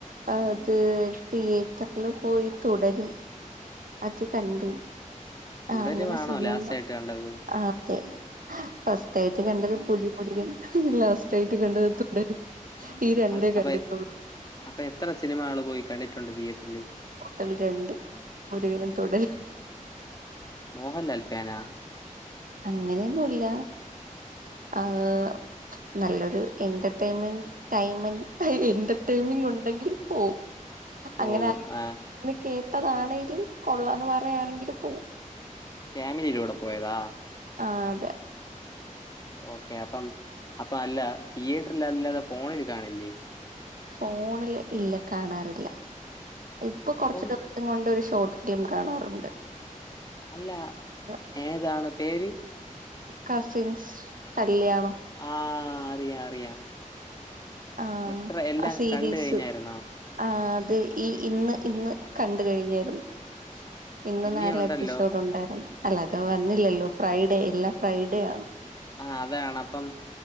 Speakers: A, on the right; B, on the left.
A: അത് തിയേറ്ററില് പോയി തുടരും അത് കണ്ട്
B: തുടരുവാണോ
A: ആഹ് അങ്ങനെ സിനിമ
B: ലാസ്റ്റ് ആയിട്ട് കണ്ടത്?
A: ആഹ് അതെ ഫസ്റ്റ് ആയിട്ട് കണ്ടത് പുലിമുരുകൻ ലാസ്റ്റ് ആയിട്ട് കണ്ടത് തുടരും ഈ രണ്ടേ
B: <unintelligible>
A: കണ്ടിട്ടുള്ളൂ
B: അപ്പം എത്ര സിനിമകൾ പോയി കണ്ടിട്ടുണ്ട് തിയേറ്ററിൽ
A: <unintelligible> രണ്ട് മുരുകനും തുടരും
B: മോഹൻലാൽ ഫാനാ
A: അങ്ങനെയൊന്നും ഇല്ല ആഹ് നല്ലൊരു എന്റർടൈൻമെന്റ് ടൈമന്റ് എന്റർടൈൻമിംഗ് ഉണ്ടെങ്കിൽ പോവും അങ്ങനെ
B: ഓ
A: ആരെങ്കിലും
B: ആ
A: കേട്ടതാണെങ്കിലും കൊള്ളാന്ന് പറയുകയാണെങ്കില് പോവും
B: ഫാമിലിയിലൂടെ പോയതാ
A: ആഹ് അതെ
B: ഓക്കെ അപ്പം അപ്പം അല്ല തിയേറ്ററിൽ അല്ലാതെ ഫോണിൽ കാണില്ലേ
A: ഫോണില് ഇല്ല കാണാറില്ല ഇപ്പൊ കൊറച്ച്
B: അപ്പം
A: <unintelligible> <unintelligible> കൊണ്ട് ഒരു ഷോർട്ട് ഫിലിം കാണാറുണ്ട്
B: അല്ല
A: <unintelligible>
B: ഏതാണ് പേര്
A: കസിൻസ് കല്യാണം
B: ആഹ് അറിയാം അറിയാം
A: ആഹ്
B: എത്ര എല്ലാം
A: ആ സീരീസ്
B: കണ്ടു കഴിഞ്ഞായിരുന്നോ?
A: ആഹ് അത് ഈ ഇന്ന് ഇന്ന് കണ്ട് കഴിഞ്ഞായിരുന്നു ഇന്ന്
B: ഇനിയും
A: നാളെയും
B: ഉണ്ടല്ലോ.
A: എപ്പിസോഡ് ഉണ്ടായിരുന്നു അല്ലാതെ വന്നില്ലല്ലോ ഫ്രൈഡേ എല്ലാം ഫ്രൈഡേ ആണ്
B: ആഹ് അതാണ് അപ്പം